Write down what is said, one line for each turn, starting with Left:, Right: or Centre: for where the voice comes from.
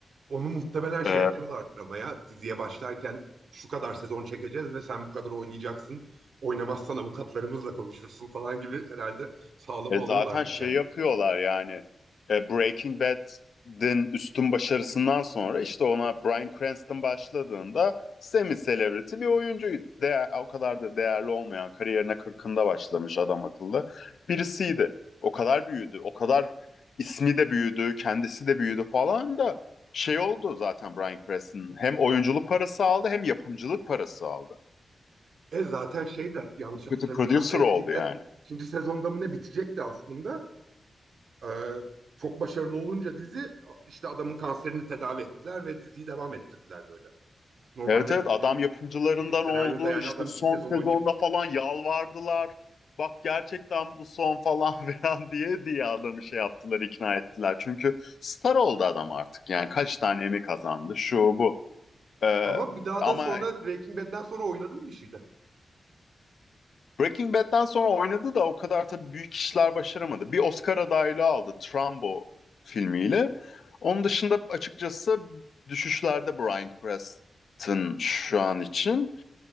Right: Onu muhtemelen şey
Left: E,
Right: yapıyorlardır ama ya diziye başlarken şu kadar sezon çekeceğiz ve sen bu kadar oynayacaksın. Oynamazsan avukatlarımızla konuşursun falan gibi herhalde sağlama
Left: E zaten
Right: alıyorlardır
Left: şey
Right: kendilerini.
Left: yapıyorlar yani e, Breaking Bad'in üstün başarısından sonra işte ona Bryan Cranston başladığında semi celebrity bir oyuncuydu. Değer, o kadar da değerli olmayan kariyerine 40'ında başlamış adam akıllı birisiydi. O kadar büyüdü, o kadar ismi de büyüdü, kendisi de büyüdü falan da şey oldu zaten Bryan Cranston. Hem oyunculuk parası aldı hem yapımcılık parası aldı.
Right: E zaten şey de yanlış hatırlamıyorsam
Left: Kötü producer
Right: Breaking
Left: oldu yani.
Right: Bad ikinci sezonda mı ne bitecekti aslında. Ee, çok başarılı olunca dizi işte adamın kanserini tedavi ettiler ve diziyi devam ettirdiler böyle. Normalde
Left: Evet evet adam
Right: benim
Left: yapımcılarından
Right: bildiğim şey, senaryoda
Left: oldu
Right: yani
Left: işte
Right: adam
Left: son
Right: iki sezon
Left: sezonda
Right: oynayıp
Left: falan yalvardılar. Bak gerçekten bu son falan <laughs> filan diye diye adamı şey yaptılar ikna ettiler. Çünkü star oldu adam artık yani kaç tane Emmy kazandı şu bu. Ee,
Right: ama bir daha
Left: ama
Right: da sonra Breaking Bad'den sonra oynadım bir şeyde.
Left: Breaking Bad'den sonra oynadı da o kadar tabii büyük işler başaramadı. Bir Oscar adaylığı aldı Trumbo filmiyle. Onun dışında açıkçası düşüşlerde Bryan Cranston şu an için.